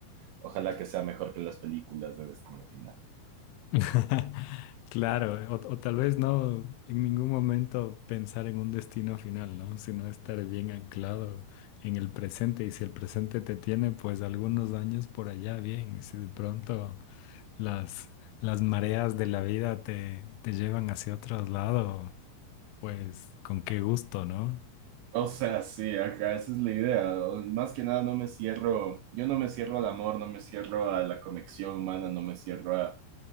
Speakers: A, on the right; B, on the left.
A: Ojalá que sea mejor que las películas de destino final.
B: <laughs> Claro, o, o tal vez no en ningún momento pensar en un destino final, ¿no? Sino estar bien anclado en el presente. Y si el presente te tiene, pues algunos años por allá, bien. Y si de pronto las, las mareas de la vida te, te llevan hacia otro lado, pues con qué gusto, ¿no?
A: O sea, sí, acá esa es la idea. O- Más que nada no me cierro, yo no me cierro al amor, no me cierro a la conexión humana, no me cierro a